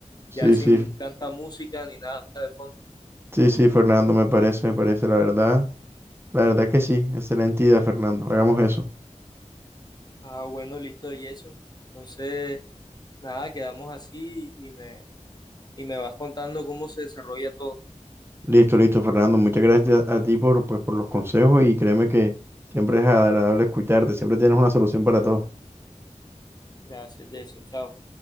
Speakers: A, on the right (about 20°); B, on the left (about 35°).
A: sí,
B: ya sin
A: sí.
B: tanta música ni nada de fondo.
A: Sí, sí, Fernando, me parece, me parece, la verdad. La verdad que sí, excelente idea, Fernando. Hagamos eso.
B: Ah, bueno, listo, Jason. Entonces, nada, quedamos así y me, y me vas contando cómo se desarrolla todo.
A: Listo, listo, Fernando. Muchas gracias a ti por, pues, por los consejos y créeme que siempre es agradable escucharte, siempre tienes una solución para todo.
B: Gracias, Jason. Chao.